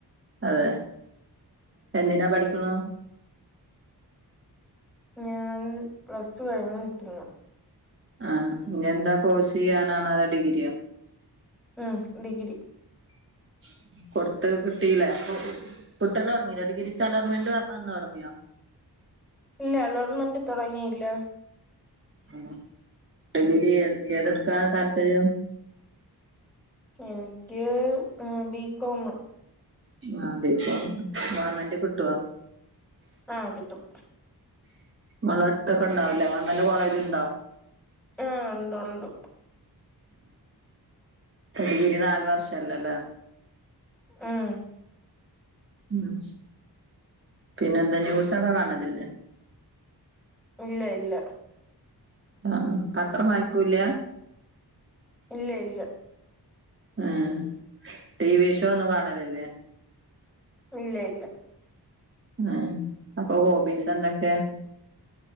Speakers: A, on the right; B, in the centre.
A: അതെ എന്തിനാ പഠിക്ണു
B: ഞാൻ പ്ലസ് ടു കഴിഞ്ഞ് നിൽക്കുന്നു.
A: ആഹ ഇഞ് ന്താ കോഴ്സ് ചെയ്യാനാണ അതോ ഡിഗ്രിയോ?
B: മം ഡിഗ്രി
A: <inaudible> കൊടുത്ത് കിട്ടില്ലേ? കുട്ടല്ല തോടങ്ങിലെ ഡിഗ്രിക്ക് അലോർമെന്റ് വന്ന് തുടങ്ങിയോ?
B: ഇല്ല അലോട്ട്മെന്റ് തോടങ്ങില്ല.
A: മം ഡിഗ്രി ക്ക് ഏതെടുക്കാനാ താല്പര്യം
B: എനിക്ക് ബികോം.
A: ആ ബികോമ് ഗവൺമെന്റ് കിട്ടുവോ?
B: ആ കിട്ടും
A: ങ്ങള്ട്തൊക്കെ ഉണ്ടാവൂല്ലേ? കോളേജ് ഉണ്ടോ?
B: ഹ്മ്മ് ഉണ്ട് ഉണ്ട്
A: ആഹ് ഡിഗ്രി നാല് വർഷല്ലല്ലേ
B: ഉമ്
A: ഉം പിന്നെ എന്താ ന്യൂസൊക്കെ കാണലില്ലേ?
B: ഇല്ല ഇല്ല
A: ആഹ് പത്രം വായിക്കൂല
B: ഇല്ല ഇല്ല
A: ഏഹ്. ടി വി ഷോ ഒന്നും കാണല്ല്ലേ
B: ഇല്ല ഇല്ല
A: ആ അപ്പൊ ഹോബീസ് എന്തൊക്കെയാ